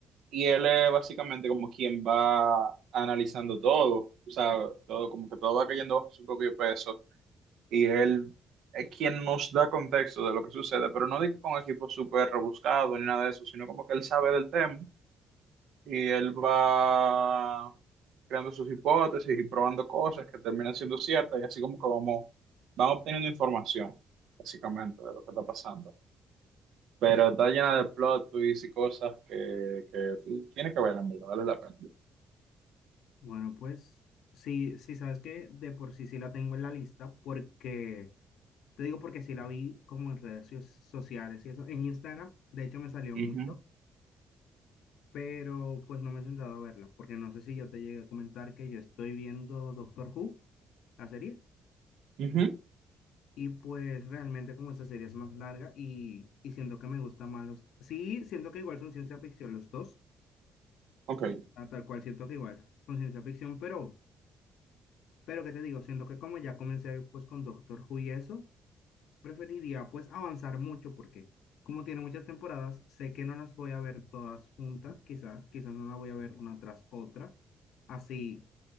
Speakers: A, on the right; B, on the left.
A: Y él es básicamente como quien va analizando todo, o sea, todo como que todo va cayendo bajo su propio peso. Y él es quien nos da contexto de lo que sucede, pero no digo con equipos súper rebuscados ni nada de eso, sino como que él sabe del tema y él va creando sus hipótesis y probando cosas que terminan siendo ciertas y así como que vamos, van obteniendo información, básicamente, de lo que está pasando. Pero está llena de plot twists y cosas que, que tiene que ver, en verdad, vale la pena.
B: Bueno, pues sí, sí, sabes que de por sí sí la tengo en la lista porque, te digo porque sí la vi como en redes so- sociales y eso, en Instagram, de hecho me salió
A: Ujú,
B: mucho, pero pues no me he sentado a verla, porque no sé si yo te llegué a comentar que yo estoy viendo Doctor Who, la serie.
A: ujú,
B: Y pues realmente como esta serie es más larga y, y siento que me gusta más los... Sí, siento que igual son ciencia ficción los dos,
A: Ok,
B: a tal cual siento que igual son ciencia ficción, pero, pero ¿qué te digo? Siento que como ya comencé pues con Doctor Who y eso, preferiría pues avanzar mucho porque como tiene muchas temporadas, sé que no las voy a ver todas juntas, quizás, quizás no las voy a ver una tras otra. Así,